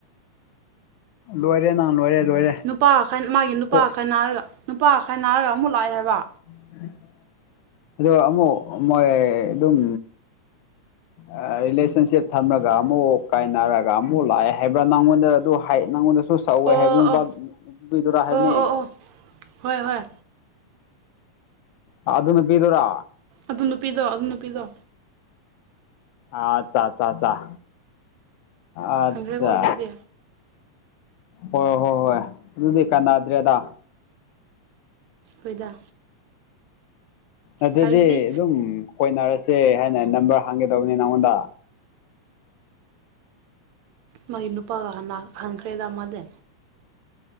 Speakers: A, on the left; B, on the right.
A: ꯂꯣꯏꯔꯦ ꯅ ꯂꯣꯏꯔꯦ ꯂꯣꯏꯔꯦ
B: ꯅꯨꯄꯥ ꯈꯥꯏ ꯃꯥꯒꯤ ꯅꯨꯄꯥ
A: ꯀꯣ
B: ꯈꯥꯏ ꯅꯥꯔꯒ ꯅꯨꯄꯥ ꯈꯥꯏ ꯅꯥꯔꯒ ꯑꯃꯨꯛ ꯂꯥꯛꯑꯦ ꯍꯥꯏꯕ
A: <inaudible> ꯑꯗꯣ ꯑꯃꯨꯛ ꯃꯣꯏ ꯑꯗꯨꯝ ꯑꯥ ꯔꯤꯂꯦꯁꯟꯁꯤꯞ ꯊꯝꯃꯒ ꯑꯃꯨꯛ ꯀꯥꯏꯅꯔꯒ ꯑꯃꯨꯛ ꯂꯥꯛꯑꯦ ꯍꯥꯏꯕ꯭ꯔꯥ ꯅꯪꯉꯣꯟꯗ ꯑꯗꯨ ꯍꯥꯏ ꯅꯪꯉꯣꯟꯗ <unintelligible> ꯁꯧꯋꯦ
B: ꯑꯣ
A: ꯍꯥꯏꯕ ꯅꯨꯕ
B: ꯑꯣ
A: ꯑꯗꯨ ꯗꯨꯔ ꯍꯥꯏꯕꯅꯦ
B: ꯑꯣ ꯑꯣ ꯑꯣ ꯍꯣꯏ ꯍꯣꯏ
A: ꯑꯥ ꯑꯗꯨ ꯅꯨꯄꯤꯗꯨꯔꯣ
B: ꯑꯗꯨ ꯅꯨꯄꯤꯗꯣ ꯑꯗꯨ ꯅꯨꯄꯤꯗꯣ
A: ꯑꯠꯆꯥ ꯑꯆꯥ ꯑꯆꯥ ꯑꯠꯆꯥ
B: ꯈꯪꯈ꯭ꯔꯦꯀꯣ ꯍꯧꯖꯤꯛꯇꯤ
A: ꯍꯣꯏ ꯍꯣꯏ ꯍꯣꯏ ꯑꯗꯨꯗꯤ ꯀꯥꯟꯅꯗ꯭ꯔꯦꯗ
B: ꯍꯣꯏꯗ
A: ꯑꯗꯨꯗꯤ
B: ꯍꯥꯏꯕꯗꯤ
A: ꯑꯗꯨꯝ ꯀꯣꯏꯅꯔꯁꯦ ꯍꯥꯏꯅ ꯅꯝꯕꯔ ꯍꯪꯒꯦ ꯇꯧꯅꯦ ꯅꯪꯉꯣꯟꯗ
B: ꯃꯥꯒꯤ ꯅꯨꯄꯥꯒ ꯍꯥꯅꯥ ꯍꯟꯈ꯭ꯔꯦꯗ ꯃꯥꯗꯤ